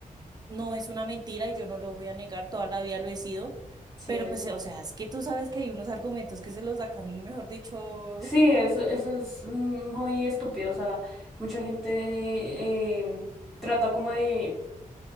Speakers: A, on the right; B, in the centre.
A: no es una mentira y yo no lo voy a negar, toda la vida lo he sido.
B: Sí,
A: Pero
B: exacto.
A: pues, o sea, es que tú sabes que hay unos argumentos que se los sacan, mejor dicho.
B: Sí, eso, eso es mm, muy estúpido. O sea, mucha gente em, trata como de